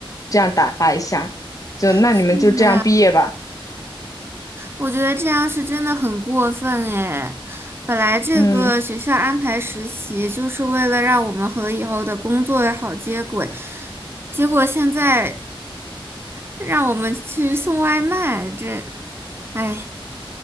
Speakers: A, on the left; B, on the right.
A: 这样打发一下，就那你们就这样毕业吧。
B: 是啊我觉得这样是真的很过分诶，本来这个学校安排实习就是为了让我们和以后的工作好接轨，
A: 嗯，
B: 结果现在让我们去送外卖，这，哎，